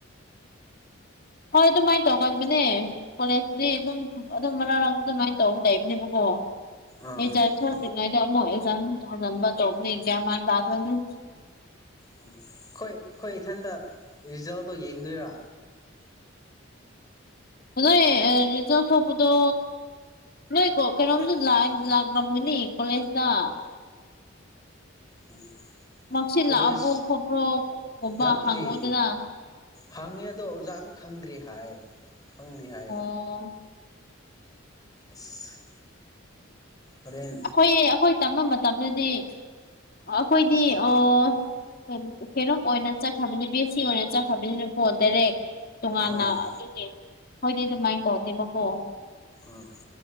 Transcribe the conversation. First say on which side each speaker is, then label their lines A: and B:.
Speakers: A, on the left; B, on the left.
A: ꯍꯣꯏ ꯑꯗꯨꯃꯥꯏ ꯇꯧꯒꯟꯕꯅꯦ ꯀꯣꯂꯦꯖꯇꯗꯤ ꯑꯗꯨꯝ ꯑꯗꯨꯝ ꯃꯔꯥ ꯃꯔꯥꯛꯛꯇ ꯑꯗꯨꯃꯥꯏꯅ ꯇꯧꯔ ꯂꯩꯕꯅꯦꯕꯀꯣ
B: ꯑꯥ ꯑꯣ
A: ꯔꯤꯖꯜ ꯊꯣꯛꯇꯔꯤꯉꯩꯗ ꯑꯃꯨꯛ ꯑꯦꯛꯖꯥꯝ ꯊꯥꯡꯖꯤꯟꯕ ꯇꯧꯕꯅꯦ ꯑꯦꯛꯖꯥ ꯃꯦꯟ <unintelligible>
B: ꯑꯣ ꯈꯣꯏ ꯑꯩꯈꯣꯏ ꯏꯊꯟꯗ ꯔꯤꯖꯜꯇꯣ ꯌꯦꯡꯗꯣꯏꯔꯥ
A: <unintelligible> ꯔꯤꯖꯜ ꯊꯣꯛꯄꯗꯣ ꯅꯣꯏꯀꯣ ꯀꯩꯅꯣꯝꯗ ꯂꯥꯛ ꯂꯥꯛꯂꯝꯒꯅꯤ ꯀꯣꯂꯦꯖꯇ
B: ꯎꯝ
A: ꯃꯥꯔꯛꯁꯤꯠ
B: ꯀꯣꯂꯦꯖ
A: ꯂꯥꯛꯑꯕꯣ ꯈꯣꯠꯄ꯭ꯔꯣ ꯒꯨꯝꯕ
B: ꯂꯥꯛꯇꯔꯤ
A: ꯍꯪꯉꯨꯗꯅ
B: ꯍꯪꯉꯦ ꯑꯗꯣ ꯑꯣꯖꯥꯁꯨ ꯈꯪꯗ꯭ꯔꯤ ꯍꯥꯏ ꯈꯪꯗ꯭ꯔꯤ ꯍꯥꯏ
A: ꯑꯣ
B: ꯏꯁ ꯍꯣꯔꯦꯟ
A: ꯑꯩꯈꯣꯏ ꯑꯩꯈꯣꯏ ꯇꯝꯕ ꯃꯇꯝꯗꯗꯤ ꯑꯩꯈꯣꯏꯗꯤ ꯑꯣ ꯀꯦꯔꯝ ꯑꯣꯏꯅ ꯆꯠꯈ꯭ꯔꯕꯅꯤ ꯕꯦꯁꯤ ꯑꯣꯏꯅ ꯆꯠꯈ꯭ꯔꯕꯅꯤꯅꯀꯣ ꯗꯥꯏꯔꯦꯛ ꯇꯣꯉꯥꯟꯅ
B: ꯑꯥ
A: ꯑꯗꯨꯒꯤ ꯍꯣꯏꯗꯤ ꯑꯗꯨꯃꯥꯏꯅ ꯇꯧꯗꯦꯕꯀꯣ
B: ꯑꯥ